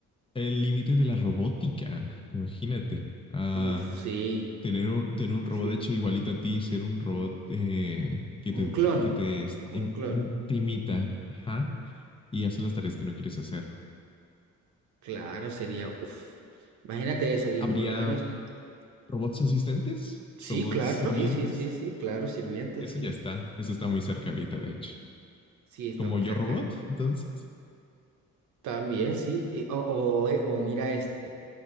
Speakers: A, on the left (about 20°); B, on the right (about 75°).
A: El límite de la robótica, imagínate. Ah,
B: Uf, sí,
A: tener un, tener un robot
B: sí.
A: hecho igualito a ti, ser un robot eh, que te,
B: Un clon,
A: que te, este,
B: como
A: im-
B: un clon.
A: un- te imita, ajá, y hace las tareas que no quieres hacer.
B: Claro, sería, uf. Imagínate eso, y
A: ¿Habría
B: por lo menos,
A: robots asistentes?
B: sí,
A: ¿Robots
B: claro,
A: sirvientes?
B: sí, sí, sí, sí, claro, sirviente,
A: Eso
B: sí.
A: ya está, eso está muy cerca ahorita, de hecho.
B: Sí, estamos
A: ¿Como yo
B: cerca.
A: robot? Entonces.
B: También, sí. y- o, o, eh, o mira este.